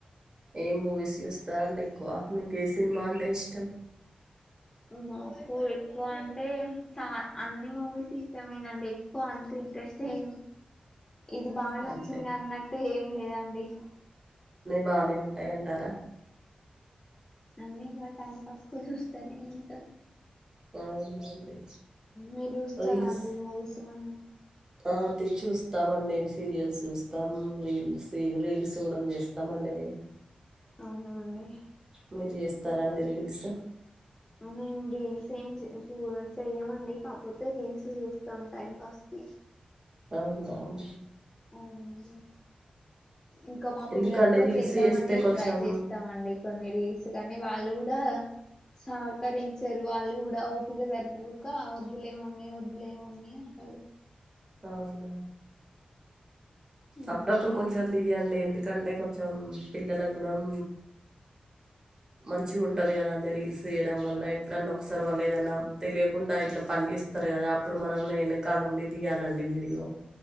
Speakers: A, on the right; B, on the left.
A: ఏ మూవీస్ చూస్తారండి ఎక్కువ మీకు ఏ సినిమా అంటే ఇష్టం
B: మాకు ఎక్కువ అంటే చా అన్ని మూవీస్ ఇష్టమేనండి ఎక్కువ అంతే ఇంట్రెస్ట్ ఏం ఇది బాగా నచ్చింది
A: అంతేనా
B: అన్నట్టు ఏం లేదండి
A: బానే ఉంటాయి అంటారా
B: అన్నీ టైం పాస్ కు చూస్తేనే ఏంటాం
A: అవునండి
B: మీరు చూస్తారా
A: రీల్స్
B: అండి మూవీస్ కానీ
A: ఆ చూస్తామ అండి సీరియల్స్ చూస్తాం రీల్స్ రీల్స్ కూడా చేస్తాం అండి
B: అవునా అండి
A: మీరు చేస్తారా అండి రీల్స్
B: మేము రీల్స్ ఏం చూ చెయమండి కాకపోతే రీల్స్ చూస్తాం టైం పాస్ కే
A: అవును అవు
B: అవునండి ఇంకా మా పిల్లలతో
A: ఎందుకండి రీల్స్
B: చేద్దామని
A: చేస్తే కొంచెం
B: ట్రై చేస్తామ అండి కొన్ని రీల్స్ కానీ వాళ్ళు కూడా సహకరించారు వాళ్ళు కూడా ఓపగా సరిపోక వద్దులేమమ్మీ వద్దులేమి మమ్మీ అ అంట
A: అవునవు
B: అవునండి
A: అప్పుడప్పుడు కొంచెం దియండి ఎందుకంటే కొంచెం పిల్లల గుణం మంచి ఉంటంది కదా అండి రీల్స్ చేయడం వల్ల ఎప్పుడన్నా ఒకసారి వాళ్ళు ఏదన్నా తెలియకుండా ఇట్లా పని చేస్తారు కదా అప్పుడు మనం వెనకలుండి తీయాలండి వీడియో